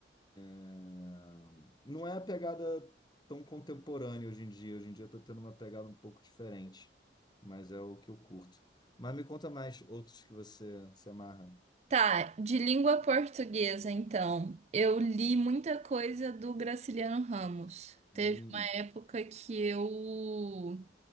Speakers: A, on the left (about 25°); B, on the right (about 35°).
A: É, Não é a pegada tão contemporânea hoje em dia. Hoje em dia eu tô tendo uma pegada um pouco diferente, mas é o que eu curto. Mas me conta mais outros que você se amarra.
B: Tá, de língua portuguesa, então. Eu li muita coisa do Graciliano Ramos. Teve
A: Hum.
B: uma época que eu.